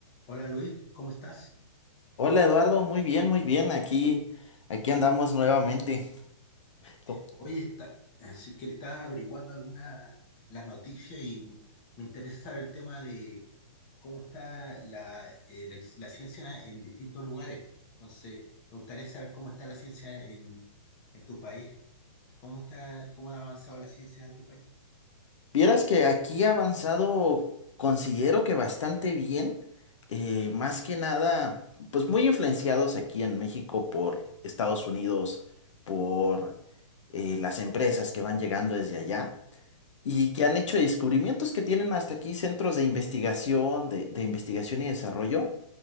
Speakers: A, on the left; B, on the left.
A: Hola Luis, ¿cómo estás?
B: Hola Eduardo, muy bien, muy bien. Aquí, aquí andamos nuevamente. Co-
A: Oye, está, así que estaba averiguando algunas las noticias y me interesa saber el tema de cómo está la, eh, la- la ciencia en distintos lugares. Entonces, me gustaría saber cómo está la ciencia en, en tu país. ¿Cómo está, cómo ha avanzado la ciencia en tu país?
B: Vieras que aquí ha avanzado, considero que bastante bien. eh, más que nada, pues muy influenciados aquí en México por Estados Unidos, por eh, las empresas que van llegando desde allá y que han hecho descubrimientos que tienen hasta aquí centros de investigación, de, de investigación y desarrollo